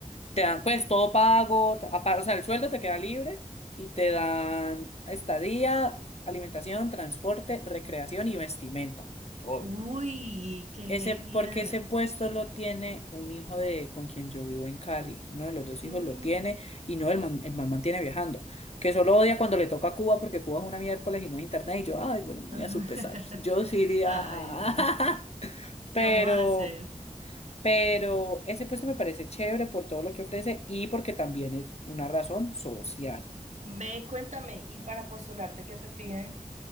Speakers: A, on the left; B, on the right.
A: te dan pues todo pago, ta- apa- o sea, el sueldo te queda libre y te dan estadía, alimentación, transporte, recreación y vestimenta, todo.
B: Uy, qué genial.
A: Ese, porque ese puesto lo tiene un hijo de con quien yo vivo en Cali. Uno de los dos hijos
B: Mm,
A: lo tiene y no, el man, el man mantiene viajando. Que solo odia cuando le toca a Cuba porque Cuba es una miércoles y no hay internet. Y yo, ay, bueno, muy
B: ajá.
A: a su pesar. Yo sí
B: <laughs>
A: iría
B: Ay,
A: a...
B: no.
A: <laughs>
B: ¿Qué
A: Pero,
B: vamos a hacer?
A: pero ese puesto me parece chévere por todo lo que ofrece y porque también es una razón social.
B: Ve, cuéntame, ¿y para postularte qué te piden?